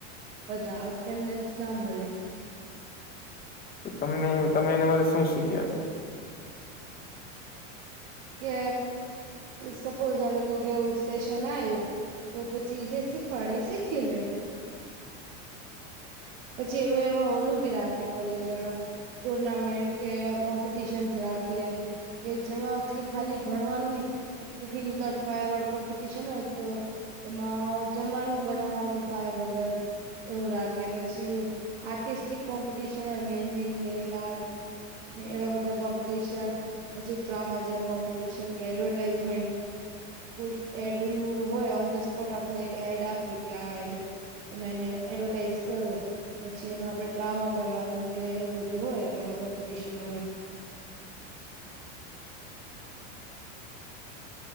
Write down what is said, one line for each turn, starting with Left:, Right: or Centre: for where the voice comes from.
Right: બધા અટેન્ડન્સ ના મળે
Left: તમને તમે એના માટે શું શીખ્યા છો?
Right: કે સપોઝ હવે કો કેવું સેશન આયું તો પછી જે સીખવાડે એ સીખી લય પછી એમે એવા ઓલું ભી રાખી કોલેજ વાળા ટુર્નામેન્ટ કે એવા કોમ્પિટશનસ રાખે કે જેમાં કે ખાલી ભણવાનું નહી કુકિંગ વિધાઉટ ફાયર વાળું કોમ્પિટિશન હોય તો એમાં જમવાનું બનાવાનું ફાયર વગર એવું રાખે કે પછી આર્ટિસ્ટિક કોમ્પિટશન હોય મહેંદી, નેઈલ આર્ટ, ને એવા બધા કોમ્પિટિશન પછી ડ્રામા જેવા કોમ્પિટિશન કે એડવર્ટાઈઝમેન્ટ કોઈ એડ નું હોય ઓન ધ સ્પોટ આપને એક એડ આપે કે આ એડ મેને એડવર્ટાઇઝ કરો પછી એનું આપડે ડ્રામા કરવાનું કે એવું બધું હોય એવા કોમ્પિટિશન હોય